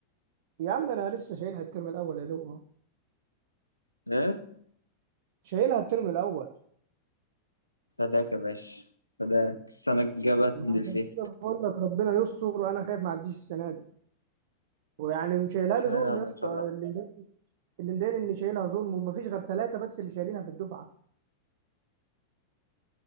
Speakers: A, on the right; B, on the left.
A: يا عم انا لسه شايلها الترم الاول يا دوب أهو.
B: ايه
A: شايلها الترم الاول
B: فداك يا باشا فداك السنة الجاية بقى تنزل
A: ما عشان
B: فيها
A: كده بقول لك ربنا يستر وانا خايف ما اعديش السنه دي ويعني شايلها لي
B: لا
A: ظلم
B: يا عم
A: يا اسطى
B: ان شاء الله
A: اللي مضايقني اللي مضايقني ان شايلها ظلم وما فيش غير ثلاثه بس اللي شايلينها في الدفعه